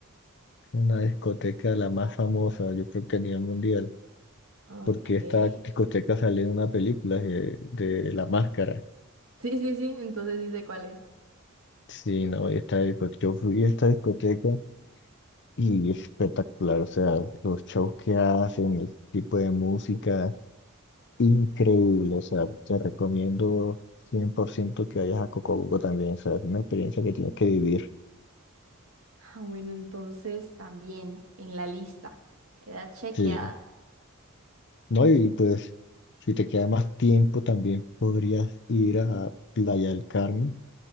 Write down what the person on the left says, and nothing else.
una discoteca la más famosa, yo creo que a nivel mundial,
porque esta
discoteca salió en una película de, de La Máscara.
Sí, no, esta discoteca, yo fui a esta discoteca y es espectacular, o sea, los shows que hacen, el tipo de música. Increíble, o sea, te recomiendo 100% que vayas a Cocobuco también, o sea, es una experiencia que tienes que vivir.
Sí. No, y pues, si te queda más tiempo, también podrías ir a Playa del Carmen,